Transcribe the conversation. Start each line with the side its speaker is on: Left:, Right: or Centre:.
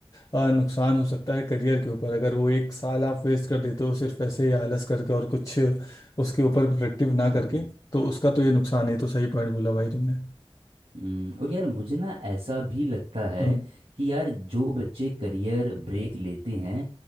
Left: आ, नुकसान हो सकता है करियर के ऊपर अगर वो एक साल आप वेस्ट कर देते हो सिर्फ ऐसे ही आलस करके और कुछ उसके ऊपर प्रोडक्टिव ना
Right: पर
Left: करके तो उसका तो ये नुकसान है तो सही पॉइंट बोला भाई तुमने
Right: हम्म, और यार मुझे ना ऐसा भी लगता है
Left: हम्म
Right: कि यार जो बच्चे करियर ब्रेक लेते हैं